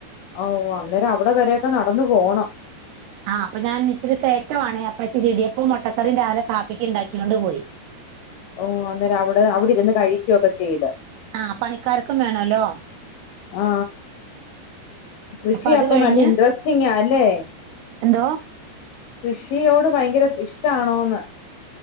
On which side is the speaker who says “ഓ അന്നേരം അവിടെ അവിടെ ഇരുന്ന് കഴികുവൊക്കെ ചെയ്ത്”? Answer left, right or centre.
Left